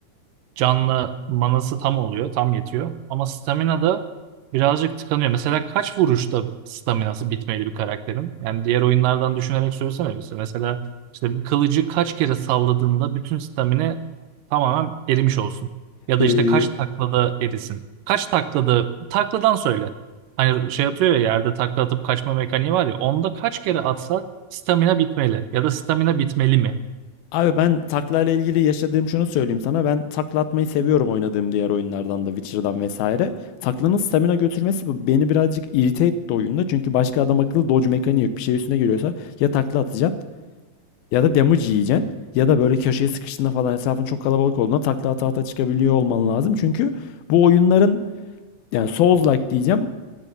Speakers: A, on the right; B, on the left.
A: Canlı manası tam oluyor, tam yetiyor. Ama stamina da birazcık tıkanıyor. Mesela kaç vuruşta staminası bitmeli bir karakterin? Yani diğer oyunlardan düşünerek söylesene. bize. Mesela işte bir kılıcı kaç kere salladığında bütün stamina tamamen erimiş olsun. Ya
B: Ee,
A: da işte kaç taklada erisin. Kaç taklada, takladan söyle. Hani şey atıyor ya yerde takla atıp kaçma mekaniği var ya. Onda kaç kere atsa stamina bitmeli. Ya da stamina bitmeli mi?
B: abi ben takla ile ilgili yaşadığım şunu söyleyeyim sana. Ben takla atmayı seviyorum oynadığım diğer oyunlardan da Witcher'dan vesaire. Taklanın stamina götürmesi beni birazcık irite etti oyunda. Çünkü başka adam akıllı dodge mekaniği yok. Bir şey üstüne geliyorsa ya takla atacaksın ya da damage yiyeceksin. Ya da böyle köşeye sıkıştığında falan etrafın çok kalabalık olduğunda takla ata ata çıkabiliyor olman lazım. Çünkü bu oyunların Yani Souls-like diyeceğim.